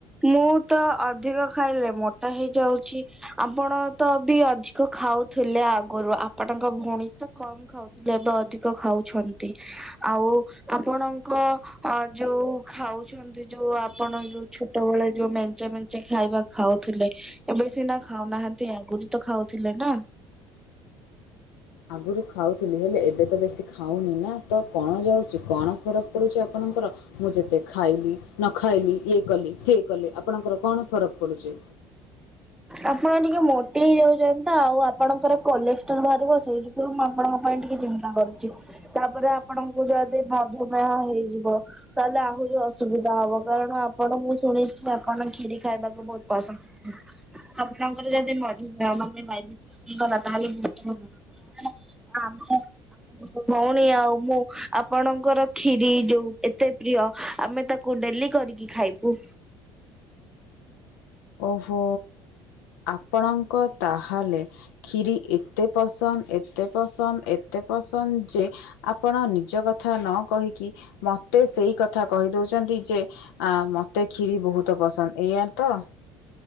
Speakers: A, in the centre; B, on the left.
A: ମୁଁ ତ ଅଧିକ ଖାଇଲେ ମୋଟା ହେଇଯାଉଚି। ଆପଣ ତ ବି ଅଧିକ ଖାଉଥିଲେ ଆଗରୁ ଆପଣଙ୍କ ଭଉଣୀ ତ କମ ଖାଉଥିଲେ ଏବେ ଅଧିକ ଖାଉଛନ୍ତି। ଆଉ ଆପଣଙ୍କ ଅ ଯୋଉ ଖାଉଛନ୍ତି? ଯୋଉ ଆପଣ ଯୋଉ ଛୋଟବେଳେ ଯୋଉ ମେଞ୍ଚ ମେଞ୍ଚ ଖାଇବା ଖାଉଥିଲେ। ଏବେ ସିନା ଖାଉନାହାନ୍ତି ଆଗରୁ ତ ଖାଉଥିଲେ ନା?
B: ଆଗରୁ ଖାଉଥିଲି ହେଲେ ଏବେ ତ ବେଶୀ ଖାଉନି ନା ତ କଣ ଯାଉ କଣ ଫରକ ପଡ଼ୁଛି ଆପଣଙ୍କର ମୁଁ ଯେତେ ଖାଇଲି ନ ଖାଇଲି ଇଏ କଲି ସିଏ କଲେ ଆପଣଙ୍କର କଣ ଫରକ ପଡ଼ୁଚି?
A: ଆପଣ ଟିକେ ମୋଟି ହେଇଯାଉଚନ୍ତିନା ଆଉ ଆପଣଙ୍କର କୋଲେଷ୍ଟ୍ରୋଲ ବାହାରିବ ସେଇଥିପାଇଁ ମୁଁ ଆପଣଙ୍କ ପାଇଁ ଟିକେ ଚିନ୍ତ ନ୍ତା କରୁଚି ତାପରେ ଆପଣଙ୍କୁ ଯଦି ମଧୁମେହ ହେଇଯିବ? ତାହେଲେ ଆହୁରି ଅସୁବିଧା ହବ କାରଣ ଆପଣ ମୁଁ ଶୁଣିଚି ଆପଣ କ୍ଷୀରି ଖାଇବାକୁ ବହୁତ ପସନ୍ଦ କର ଆପଣଙ୍କର ଯଦି ମ ମଧୁମୟ ମାନେ ଡାଇବେଟିସ୍ ହେଇଗଲା ତାହେଲେ ବହୁତ <unintelligible> ମୋ ଭଉଣୀ ଆଉ ମୁଁ ଆପଣଙ୍କର ଖିରୀ ଯୋଉ ଏତେ ପ୍ରିୟ ଆମେ ତାକୁ କୁ ଡେଲି କରିକି ଖାଇବୁ।
B: ଓହୋ ଆପଣଙ୍କ ତାହେଲେ ଖିରି ଏତେ ପସନ୍ଦ ଏତେ ପସନ୍ଦ ଏତେ ପସନ୍ଦ ଯେ ଆପଣ ନିଜ କଥା ନ କହିକି ମତେ ସେଇ କଥା କହିଦଉଚନ୍ତି ଯେ ଆ ମତେ କ୍ଷିରି ବହୁତ ପସନ୍ଦ ଏଇଆତ।